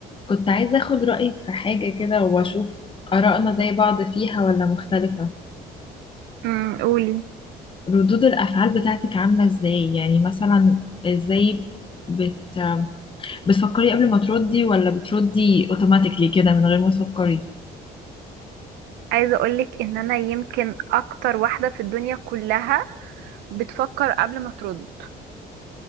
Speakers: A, on the left; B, on the right.
A: كنت عايزة أخد رأيك في حاجة كده وأشوف آرائنا زي بعض فيها ولا مختلفة
B: امم قولي
A: ردود الأفعال بتاعتك عاملة إزاي يعني مثلا إزاي بت... بتفكري قبل ما تردي ولا بتردي أوتوماتيكلي كده من غير ما تفكري
B: عايزه اقولك ان انا يمكن اكتر واحده في الدنيا كلها بتفكر قبل ما ترد